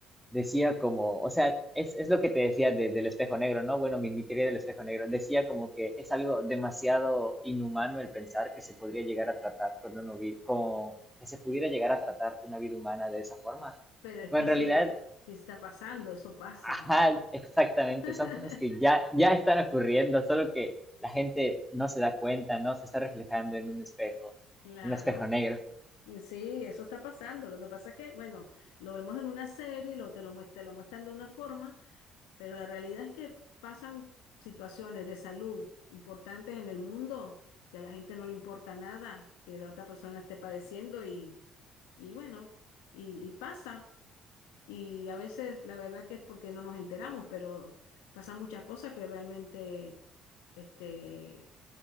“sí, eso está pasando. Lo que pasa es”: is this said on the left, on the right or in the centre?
Left